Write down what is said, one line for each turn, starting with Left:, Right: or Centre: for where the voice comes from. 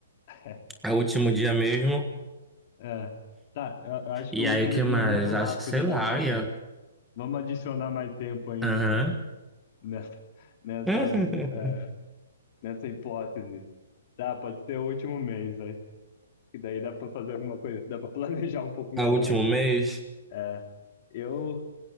Left: <laughs>
Centre: é o último dia mesmo.
Left: É, tá, eu, eu acho
Centre: E
Left: que o último
Centre: aí, o que
Left: dia
Centre: mais?
Left: é muito rápido,
Centre: Acho que, sei
Left: né?
Centre: lá,
Left: Vamos,
Centre: eu ia...
Left: vamos adicionar mais tempo aí
Centre: Aham.
Left: nessa, nessa, <laughs> nessa,
Centre: <laughs>
Left: é, nessa hipótese. dá pode ser o último mês, né? E daí dá pra fazer alguma coisa, dá pra planejar um pouco melhor,
Centre: É o último
Left: né?
Centre: mês?
Left: É, eu,